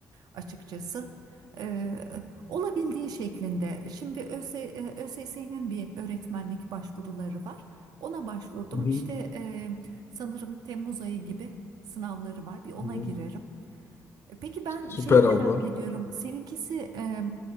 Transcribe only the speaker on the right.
açıkçası. E, olabildiği şeklinde. Şimdi ÖS, e, ÖSS'nin bir öğretmenlik başvuruları var. Ona başvurdum.
İşte e, sanırım Temmuz ayı gibi sınavları var. Bir ona
girerim. E, Peki ben
şeyi merak
ediyorum. Seninkisi e,